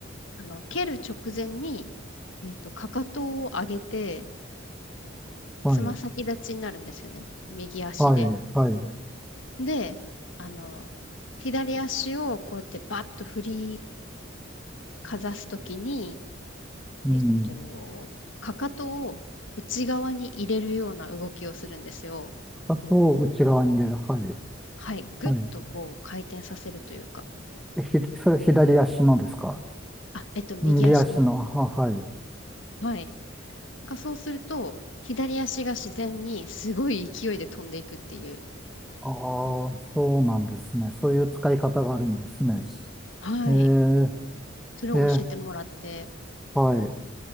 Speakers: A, on the left (about 70°); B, in the centre.
A: あの、蹴る直前に、えっと、かかとを上げて、
B: はい。
A: つま先立ちになるんですよね。右足で。
B: はい。はい。
A: で、あの、左足をこうやってバッと振りかざすときに、
B: うん。
A: えっと、かかとを内側に入れるような動きをするんですよ。
B: あと、内側に入れる。はい。
A: はい。ぐっとこう回転させるというか。
B: はい。え、ひ、それ左足のですか
A: あ、えっと、右足です。
B: 右足の。あ、はい。
A: はい。がそうすると、左足が自然にすごい勢いで飛んでいくっていう。
B: ああ、そうなんですね。そういう使い方があるんですね。
A: はい。
B: えー、
A: それを教えてもらって。
B: えーはい。